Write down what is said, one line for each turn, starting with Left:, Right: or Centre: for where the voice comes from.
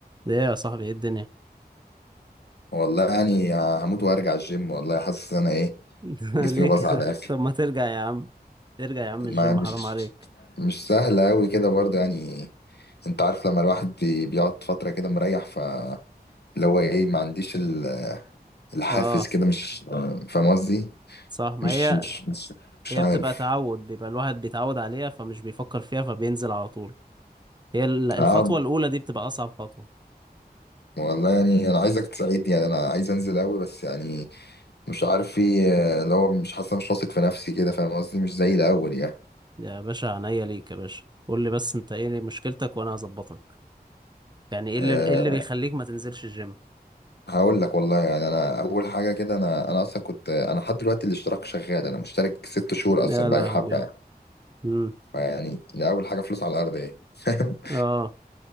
Right: ده ايه يا صاحبي ايه الدنيا
Left: والله يعني هموت وارجع الجيم والله حاسس ان انا ايه
Right: <laughs>
Left: جسمي
Right: ليه
Left: باظ
Right: كده
Left: على الاخر
Right: طب ما ترجع يا عم ترجع يا عم الجيم
Left: ما مش
Right: حرام عليك
Left: مش سهل قوي كده برضه يعني انت عارف لما الواحد بي- بيقعد فترة كده مريح ف اللي هو ايه ما عنديش ال- الحافز
Right: اه
Left: كده مش فاهم قصدي
Right: صح ما
Left: مش
Right: هي
Left: مش مش مش
Right: هي
Left: عارف
Right: بتبقى تعود بيبقى الواحد بيتعود عليها فمش بيفكر فيها فبينزل على طول هي ال- الخطوة
Left: اه
Right: الأولى دي بتبقى أصعب خطوة
Left: والله يعني انا عايزك تساعدني يعني انا عايز انزل قوي بس يعني مش عارف في اللي هو مش حاسس مش واثق في نفسي كده فاهم قصدي مش زي الاول يعني
Right: يا باشا عينيا ليك يا باشا قول لي بس انت ايه مشكلتك وانا هظبطك يعني ايه
Left: آه،
Right: اللي ايه اللي بيخليك ما تنزلش الجيم
Left: هقول لك والله يعني انا اول حاجه كده انا انا اصلا كنت انا لحد دلوقتي الاشتراك شغال انا مشترك ست شهور
Right: يا
Left: اصلا
Right: لهوي
Left: بقالي حبه يعني
Right: امم
Left: فيعني دي اول حاجه فلوس على الارض ايه <laughs>
Right: اه